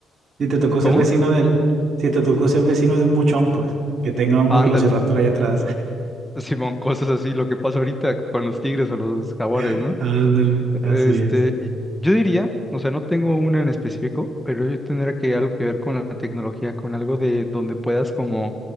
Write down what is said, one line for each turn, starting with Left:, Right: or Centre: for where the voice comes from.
Right: si te tocó
Centre: ¿cómo?
Right: ser vecino del, si te tocó ser vecino de un buchón, pues que tenga unos
Centre: Ándale,
Right: Velociraptor ahí atrás.
Centre: <laughs> Simón, cosas así, lo que pasa ahorita con los tigres o los jaguares,
Right: <laughs>
Centre: ¿no?
Right: Ándale, así
Centre: Este,
Right: es.
Centre: y yo diría, o sea, no tengo una en específico, pero yo tendría que algo que ver con la tecnología, con algo de donde puedas como